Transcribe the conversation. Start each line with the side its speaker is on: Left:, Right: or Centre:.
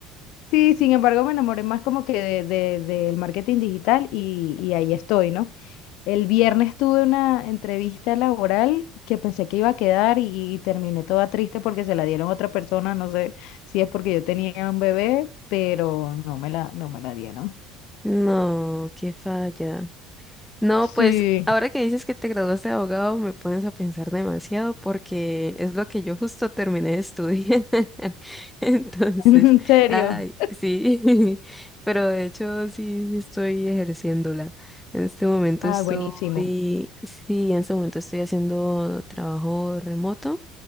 Left: sí, sin embargo me enamoré más como que de, de- del marketing digital y, y ahí estoy, ¿no? El viernes tuve una entrevista laboral que pensé que iba a quedar y, y terminé toda triste porque se la dieron a otra persona, no sé si es porque yo tenía un bebé, pero no me la, no me la dieron.
Centre: no, qué falla. No,
Left: Sí,
Centre: pues ahora que dices que te graduaste de abogado, me pones a pensar demasiado porque es lo que yo justo terminé de estudiar. <laughs> Entonces,
Left: <laughs> en serio.
Centre: ay, sí, <laughs> pero de hecho sí, sí estoy ejerciéndola. En este momento
Left: Ah,
Centre: estoy,
Left: buenísimo.
Centre: sí, en este momento estoy haciendo trabajo remoto.